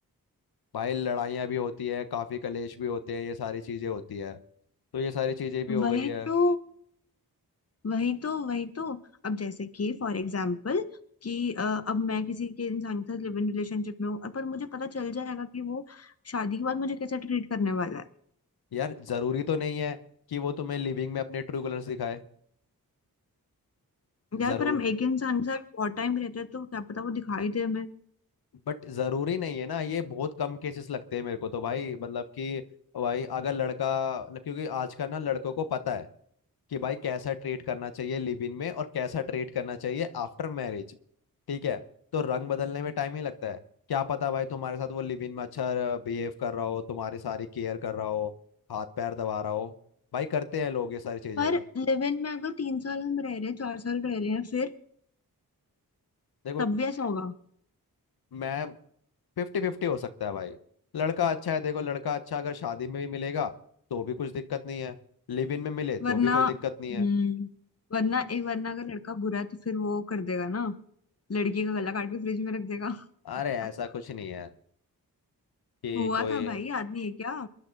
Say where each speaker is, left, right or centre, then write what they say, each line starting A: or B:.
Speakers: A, on the left; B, on the left.
A: भाई लड़ाइयाँ भी होती है काफी कलेश भी होते हैं ये सारी चीजें होती है तो ये सारी चीजें भी हो
B: वही
A: गई है
B: तो वही तो वही तो अब जैसे कि फॉर एग्जाम्पल कि अ, अब मैं किसी के इंसान के साथ लिव इन रिलेशनशिप में हूँ और पर मुझे पता चल जाएगा कि वो शादी के बाद मुझे कैसे ट्रीट करने वाला है
A: यार जरूरी तो नहीं है कि वो तुम्हें लिविंग में अपने ट्रू कलर्स दिखाए
B: यार
A: जरूर
B: पर हम एक इंसान के साथ बहुत टाइम रहते हैं तो क्या पता वो दिखाई दे हमें
A: बट जरूरी नहीं है ना ये बहुत कम केसेस लगते हैं मेरे को तो भाई मतलब कि भाई अगर लड़का क्योंकि आज का ना लड़कों को पता है कि भाई कैसा ट्रीट करना चाहिए लिव इन में और कैसा ट्रीट करना चाहिए आफ्टर मैरिज ठीक है तो रंग बदलने में टाइम ही लगता है क्या पता भाई तुम्हारे साथ वो लिव इन में अच्छा बिहेव कर रहा हो तुम्हारी सारी केयर कर रहा हो हाथ पैर दबा रहा हो भाई करते हैं लोग ये सारी चीजें
B: पर लिव इन में अगर तीन साल हम रह रहे हैं चार साल रह रहे हैं फिर
A: देखो
B: तब भी ऐसा होगा
A: मैं फिफ्टी फिफ्टी हो सकता है भाई लड़का अच्छा है देखो लड़का अच्छा अगर शादी में भी मिलेगा तो भी कुछ दिक्कत नहीं है लिव इन में मिले तो
B: वरना
A: भी कोई दिक्कत
B: हम्म
A: नहीं है
B: वरना ए वरना अगर लड़का बुरा है तो फिर वो कर देगा ना लड़की का गला काट के फ्रिज में रख देगा
A: अरे
B: <laughs>
A: ऐसा कुछ नहीं है कि
B: हुआ
A: कोई
B: था भाई आदमी है क्या